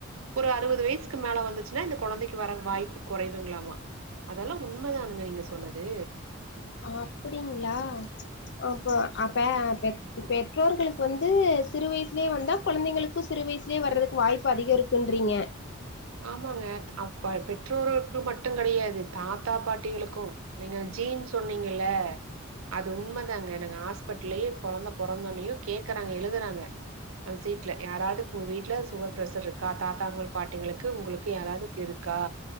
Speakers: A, on the right; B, on the left.
A: ஒரு அறுவது வயசுக்கு மேல வந்துச்சு ன்னா அந்த கொழந்தைக்கு வர வாய்ப்பு குறைவுங்களாமா அதெல்லா உண்ம தானுங்க நீங்க சொன்னது
B: ஆப்டிங்ளா அப்போ அப்ப பெ பெற்றோர்களுக்கு வந்து சிறு வயசுலே வந்தா கொழந்தைங்களுக்கு சிறு வயசு லே வர்றதுக்கு வாய்ப்பு அதிக இருக்குன்றீங்க
A: ஆமாங்க அப்ப பெற்றோர்களுக்கு மட்டு கடையாது தாத்தா பாட்டிகளுக்கு நீங்க ஜீன் சொன்னீங்கல்ல அது உண்ம தாங்க நாங்க ஹாஸ்பிட்டலயே கொழந்த பொறந்தன்னையே கேக்குறாங்க எழுதுறாங்க அந்த சீட்ல யாராது உங்க வீட்ல சுகர் பிர்ஷர் இருக்கா தாத்தாங்களுக்கு பாட்டிங்களுக் கு உங்களுக்கு யாராதுக்கு இருக்கா